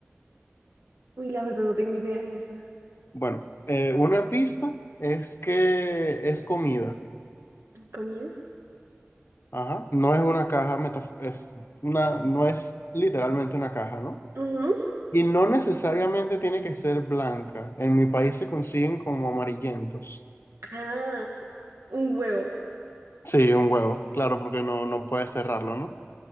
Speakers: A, on the right; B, on the left.
A: Uy, la verdad no tengo idea de esa.
B: Bueno, eh, una pista es que es comida.
A: ¿Comida?
B: Ajá. No es una caja metaf- es una, no es literalmente una caja, ¿no?
A: Ujú.
B: Y no necesariamente tiene que ser blanca. En mi país se consiguen como amarillentos.
A: Ah, un huevo.
B: Sí, un huevo, claro, porque no, no puedes cerrarlo, ¿no?